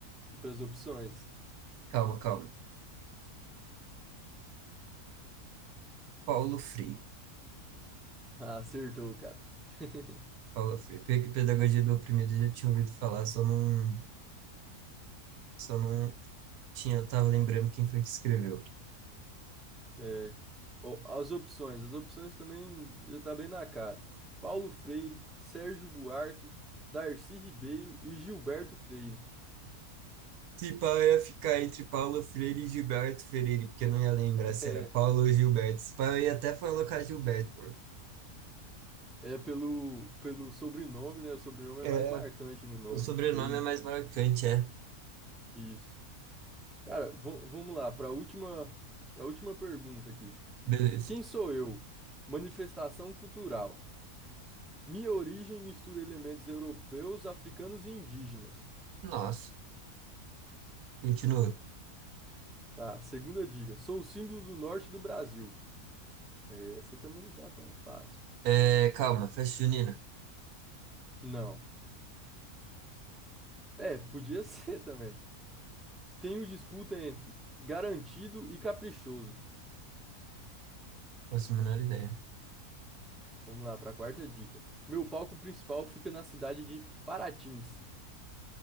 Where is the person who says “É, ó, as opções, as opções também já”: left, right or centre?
Centre